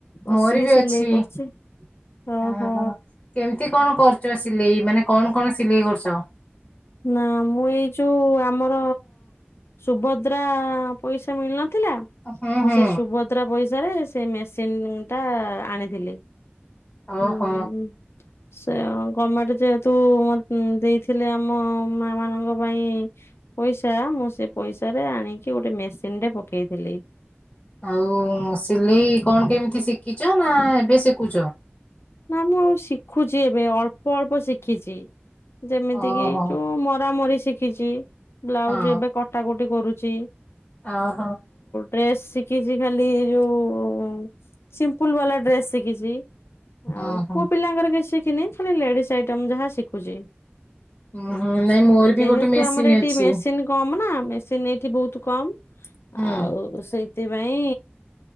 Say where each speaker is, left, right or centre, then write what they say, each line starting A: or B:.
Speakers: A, on the left; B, on the left.
A: ବସିକି
B: ମୋର ବି
A: ସିଲେଇ
B: ଅଛି ଅ
A: କରୁଛି। ଓହୋ
B: ହ। କେମତି କଣ କରୁଚ ସିଲେଇ ମାନେ କଣ କଣ ସିଲେଇ କରୁଚ?
A: ନା ମୁଁ ଏଇ ଯୋଉ ଆମର ସୁଭଦ୍ରା ପଇସା ମିଳିନଥିଲା।
B: ହୁଁ
A: ମୁଁ
B: ହୁଁ
A: ସେ ସୁଭଦ୍ରା ପଇସାରେ ସେ ମେସିନ ଟା ଆଣିଥିଲି।
B: ଓହୋ।
A: ହୁଁ ସେୟା ଗର୍ମେଣ୍ଟ ଯେହେତୁ ଦେଇଥିଲେ ଆ ଆମ ମା ମାନଙ୍କ ପାଇଁ। ପଇସା ମୁଁ ସେ ପଇସା ରେ ଆଣିକି ଗୋଟେ ମେସିନ ଟେ ପକେଇଥିଲି
B: ଆଉ ସିଲେଇ କଣ କେମିତି ଶିଖିଛ ନା ଏବେ ଶିଖୁଚ।
A: ନା ମୁଁ ଶିଖୁଛି ଏବେ ଅଳ୍ପ ଅଳ୍ପ ଶିଖିଛି। ଯେମିତି
B: ଓହୋ
A: କିି ଯୋଉ ମରା ମରି ଶିଖିଛି ବ୍ଲାଉଜ
B: ହଁ
A: ଏବେ କଟ କଟା କଟି କରୁଛି।
B: ଅହୋ।
A: ଡ୍ରେସ ଶିଖିଛି ଖାଲି ଯୋଉ ସିମ୍ପୁଲ ବାଲା ଡ୍ରେସ୍ ଶିଖିଛି। ଆଉ
B: ଓହୋ।
A: ପୁଅ ପିଲାଙ୍କର କିଛି ଶିଖିନି ଖାଲି ଲେଡିସ୍ ଆଇଟମ ଯାହା ଶିଖୁଛି।
B: ହୁଁ ନାଇଁ ମୋର ବି
A: ଯେହେତୁ
B: ଗୋଟେ ମେସିନ୍
A: ଆମର ଏଠି
B: ଅଛି
A: ମେସିନ କମ ନା ମେସିନ୍ ଏଇଠି ବହୁତ କମ
B: ହୁଁ
A: ଆଉ ସେଇ ସେଥିପାଇଁ